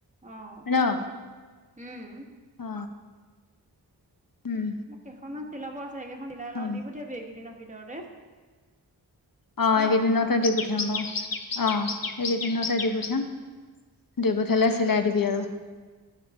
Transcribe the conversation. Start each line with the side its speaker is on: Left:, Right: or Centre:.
Right: অ',
Left: নহ।
Right: উম।
Left: অ। উম
Right: কেইখনমান। চিলাব আছে। সেইকেইখন চিলাই
Left: হ'ব
Right: লওঁ দি পঠিয়াবি এইকেইদিনত। ভিতৰতে
Left: অ',
Right: ন
Left: এইকেইদিনতে দি পঠিয়াম বাৰু, অ', এইকেইদিনতে দি পঠিয়াম, দি প ফালে চিলাই দিবি আৰু।